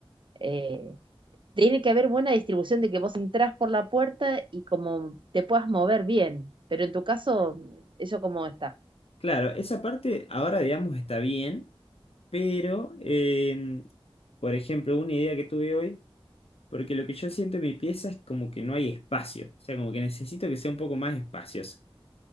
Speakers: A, on the right (about 55°); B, on the left (about 80°).
A: Eh, tiene que haber buena distribución de que vos entras por la puerta y como te puedas mover bien, pero en tu caso, eso como está.
B: Claro, esa parte ahora digamos está bien, pero, em, por ejemplo, una idea que tuve hoy Porque lo que yo siento en mi pieza es como que no hay espacio, o sea, como que necesito que sea un poco más espacioso.